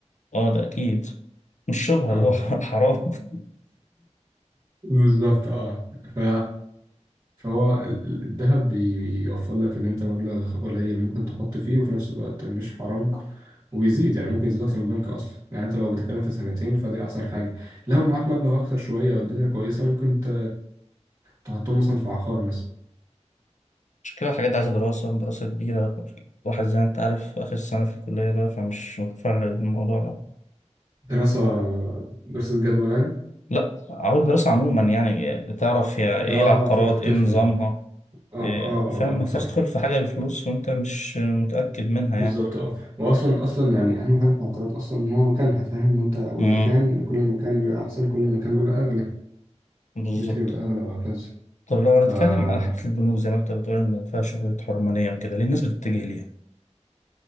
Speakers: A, on the left; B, on the right.
A: أه ده أكيد مش شبهة
B: اه
A: ده هو ح- حرام <laughs>
B: بالظبط اه ف... فهو ال- ال- الذهب بي- بيوفر لك ان انت مبلغ قليل ممكن تحط فيه وفي نفس الوقت مش حرام وبيزيد يعني ممكن يزيد اكتر من البنك اصلا يعني انت لو بتتكلم في سنتين فدي احسن حاجه لو معاك مبلغ اكتر شويه والدنيا كويسه ممكن ت... تحطهم مثلا في عقار مثلا
A: مش كده الحاجات دي عايزة دراسة دراسة كبيرة الواحد زي ما أنت عارف آخر سنة في الكلية بقى فمش متفرغ للموضوع ده
B: دراسه دراسه جدوى يعني
A: لا عاوز دراسة عموما يعني تعرف يا إيه
B: اه
A: العقارات
B: اه تت- تفهم
A: إيه نظامها
B: اه اه
A: إيه،
B: اه
A: فاهم ما ينفعش
B: آه، صح
A: تدخل في حاجة بفلوس وأنت مش متأكد منها
B: بالظبط
A: يعني
B: اه واصلا اصلا يعني اهم حاجه في العقارات اصلا ان هو مكانها فاهم وانت والمكان
A: امم
B: كل المكان بيبقى احسن كل المكان بيبقى اغلى
A: بالظبط
B: المتر أغلى وهكذا
A: طب لو هنتكلم
B: فالاستقرار
A: على حتة البنوك زي ما أنت بتقول إن فيها شبهة حرمانية وكده ليه الناس بتتجه ليها؟